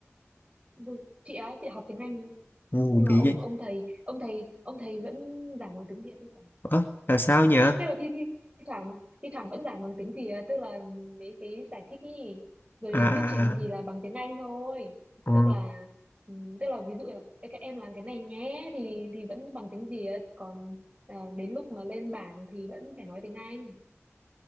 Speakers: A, on the right; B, on the left.
A: bu- chị á chị học tiếng Anh
B: ồ
A: nhưng mà
B: bị
A: ông
B: gì
A: ông thầy ông thầy ông thầy vẫn giảng bằng tiếng Việt thì phải
B: ủa là sao nhỉ à,
A: tức là thi thi thoảng thi thoảng vẫn giảng bằng tiếng Việt tức là mấy cái giải thích ý rồi
B: à,
A: thuyết trình thì
B: à.
A: là bằng tiếng Anh thôi
B: Ờ.
A: tức là ừ, tức là ví dụ là "Ê, các em làm cái này nhé thì thì vẫn bằng tiếng Việt còn ờ, đến lúc mà lên bảng thì vẫn phải nói tiếng Anh